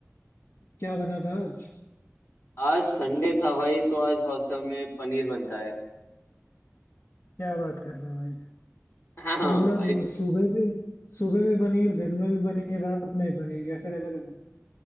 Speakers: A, on the left; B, on the left.
A: क्या बना था आज
B: आज संडे था भाई तो आज हॉस्टल में पनीर बनता है
A: क्या बात कर रहे हो भाई
B: <laughs> हाँ
A: तो मतलब
B: भाई
A: सुबह भी सुबह भी पनीर दिन में भी पनीर रात में भी पनीर या फिर अलग अलग